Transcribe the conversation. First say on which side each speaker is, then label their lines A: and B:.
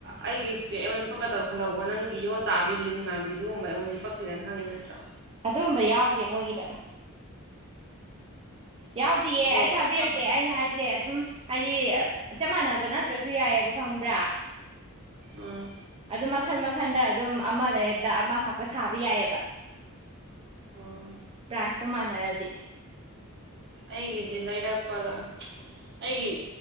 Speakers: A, on the right; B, on the right.
A: ꯑꯩꯒꯤ ꯏꯁꯄꯦꯛ ꯑꯩꯉꯣꯟꯗ ꯐꯛꯀꯗꯕ ꯈꯜꯍꯧꯕꯣ ꯅꯪ ꯒꯤꯌꯣ ꯇꯥꯕꯤ ꯂꯤꯟ ꯃꯥꯟꯕꯤꯗꯨꯨꯝꯕ ꯑꯩꯉꯣꯟꯗ ꯄꯛꯤꯗꯅ ꯈꯪꯉꯤ ꯅꯠꯇ꯭ꯔꯣ
B: ꯑꯗꯨꯕ ꯌꯥꯎꯗꯦ ꯃꯣꯏꯒꯤꯗ ꯌꯥꯎꯗꯤꯌꯦ
A: ꯑꯗꯣ
B: ꯑꯩ ꯊꯥꯕꯤꯔꯛꯀꯦ
A: ꯄꯛ
B: ꯑꯩꯅ ꯍꯥꯏꯁꯦ ꯑꯗꯨꯝ ꯍꯥꯏꯗꯤ ꯆꯞ ꯃꯥꯟꯅꯕ ꯅꯠꯇ꯭ꯔꯁꯨ ꯌꯥꯏꯑꯕ ꯈꯪꯕ꯭ꯔꯥ
A: ꯎꯝ
B: ꯑꯗꯨ ꯃꯈꯟ ꯃꯈꯟꯗ ꯑꯗꯨꯝ ꯑꯃ ꯂꯩꯔꯔꯕꯗ ꯑꯃ ꯍꯥꯞꯄ ꯁꯥꯕ ꯌꯥꯏꯑꯕ
A: ꯎꯝ
B: ꯄ꯭ꯔꯥꯏꯖꯇꯣ ꯃꯥꯟꯅꯔꯗꯤ
A: ꯑꯩꯒꯤꯁꯤꯦ ꯂꯩꯔꯛꯄꯒ ꯑꯩꯒꯤ